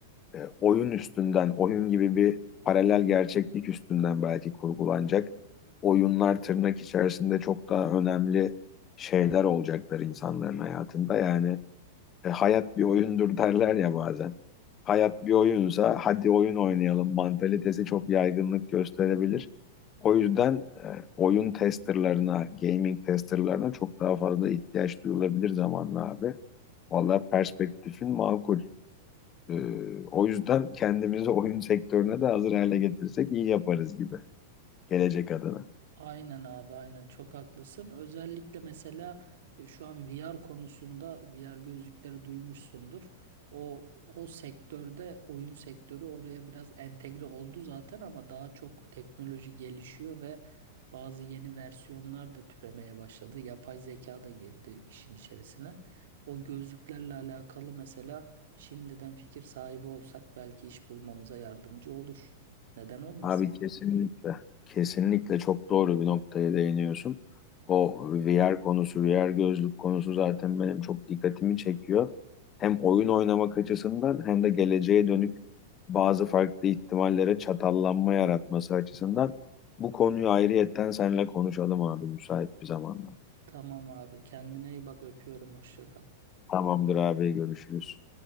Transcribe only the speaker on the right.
Aynen abi aynen çok haklısın. Özellikle mesela e, şu an VR konusunda VR gözlükleri duymuşsundur. O o sektörde oyun sektörü oraya biraz entegre oldu zaten ama daha çok teknoloji gelişiyor ve bazı yeni versiyonlar da türemeye başladı. Yapay zeka da girdi işin içerisine. O gözlüklerle alakalı mesela şimdiden fikir sahibi olsak belki iş bulmamıza yardımcı olur. Neden olmasın?
Tamam abi kendine iyi bak öpüyorum hoşça kal.